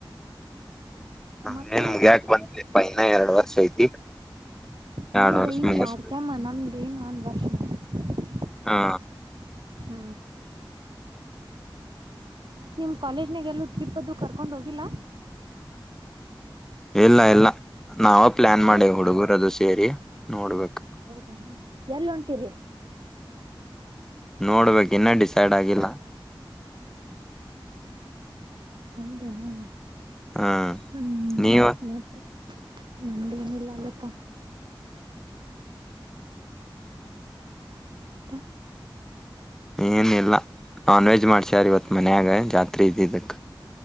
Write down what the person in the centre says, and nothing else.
ನಮ್ದೇನ್
ಮುಗಿತ್ ಬಂದ್ಲೆ ಇನ್ನ ಎರಡು ವರ್ಷ ಐತಿ
ಎರಡ್ ವರ್ಷ
ಮುಗಸ್
ಹಾ
ಇಲ್ಲ ಇಲ್ಲ ನಾವವು ಪ್ಲಾನ್
ಮಾಡೇ ಹುಡುಗುರು ಅದು ಸೇರಿ ನೋಡ್ಬೇಕು
ನೋಡ್ಬೇಕ ಇನ್ನೂ ಡಿಸೈಡ್ ಆಗಿಲ್ಲ
ಹಾ
ನೀವ
ಏನ್ ಇಲ್ಲ ನಾನ್ ವೆಜ್ ಮಾಡ್ಸಾರ ಇವತ್ ಮನ್ಯಾಗ ಜಾತ್ರಿ ಇದಿದಕ್